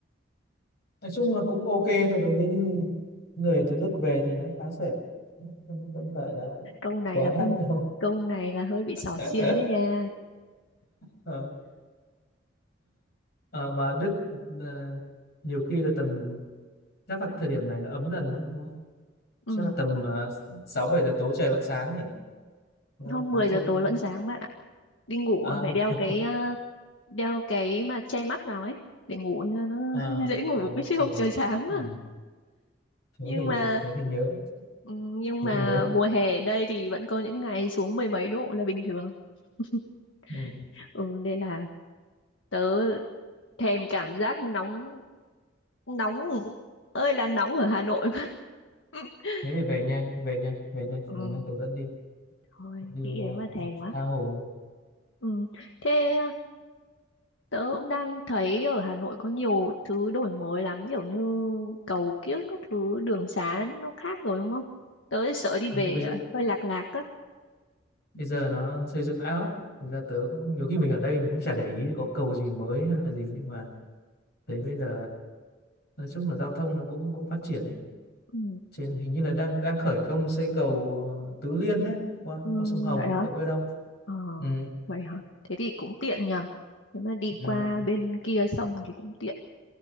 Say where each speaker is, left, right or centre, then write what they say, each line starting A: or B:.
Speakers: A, on the left; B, on the left.
A: nói chung là cũng ok thôi đối với những người từ Đức về thì nó khá rẻ không không phải là
B: câu này
A: quá
B: là không
A: đắt đâu
B: câu này là hơi bị
A: <laughs>
B: xỏ xiên đấy nha
A: Ờ. Ờ, mà Đức ờ, nhiều khi là tầm chắc là thời điểm này nó ấm dần lắm đúng không? Chắc
B: ừ.
A: là tầm ờ, sáu bảy giờ tối trời vẫn sáng nhỉ đúng không?
B: hôm
A: Sáng
B: 10
A: trưng
B: giờ tối
A: đúng
B: vẫn
A: không?
B: sáng bạn ạ đi ngủ
A: À,
B: à, phải đeo cái ờ, đeo cái mà che mắt vào ấy để ngủ cho nó
A: à,
B: <laughs> dễ ngủ
A: ok
B: chứ không trời sáng
A: ừ.
B: quá
A: Thế
B: nhưng
A: thì
B: mà
A: thế thì nhớ
B: ừ, nhưng
A: thế
B: mà
A: thì nhớ ạ.
B: mùa hè ở đây thì vẫn có những ngày xuống mười mấy độ là bình thường <laughs>
A: ừ.
B: ừ nên là tớ thèm cảm giác nóng nóng ơi là nóng ở Hà Nội quá <laughs>
A: Thế thì về nhanh về nhanh về nhanh
B: ừ.
A: về nhanh tôi dẫn đi
B: Thôi,
A: đi
B: nghĩ
A: ờ,
B: đến mà thèm quá.
A: tha hồ
B: Ừ. Thế tớ cũng đang thấy ở Hà Nội có nhiều thứ đổi mới lắm, kiểu như cầu kiếng các thứ, đường xá nó khác rồi đúng không? Tớ sợ đi
A: Chúng
B: về
A: tôi bây giờ
B: à, hơi lạc lạc á.
A: bây giờ nó xây dựng ảo lắm thực ra tớ cũng nhiều khi mình ở đây mình cũng chả để ý có cầu gì mới hay là gì nhưng mà thấy bây giờ nói chung là giao thông nó cũng cũng phát triển đấy
B: Ừ.
A: trên hình như là đang đang khởi công xây cầu ờ, Tứ Liên đấy qua
B: Ừ,
A: qua sông Hồng
B: vậy hả?
A: đấy cậu biết không
B: Ờ,
A: ừ,
B: vậy hả? Thế thì cũng tiện nhờ. Nếu mà đi
A: ừ,
B: qua bên kia sông thì cũng tiện.